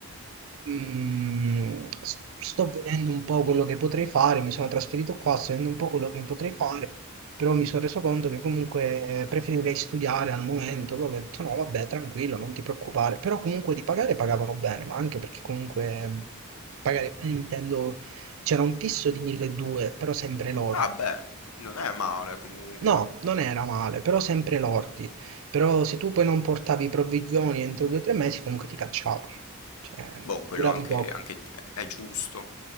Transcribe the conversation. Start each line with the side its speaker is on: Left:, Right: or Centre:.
Right: mm, s- sto vedendo un po' quello che potrei fare, mi sono trasferito qua, sto vedendo un po' quello che potrei fare, però mi sono reso conto che comunque preferirei studiare al momento. Poi ho detto, no, vabbè, tranquillo, non ti preoccupare. Però comunque di pagare pagavano bene, ma anche perché comunque mm, pagare bene intendo, c'era un fisso di 1200, però sempre lordo.
Left: Ah beh, non è male comunque.
Right: No, non era male, però sempre lordi. Però se tu poi non portavi provvigioni entro due o tre mesi, comunque ti cacciavano. Cioè,
Left: Boh, quello
Right: duravi
Left: anche,
Right: poco.
Left: anche è giusto.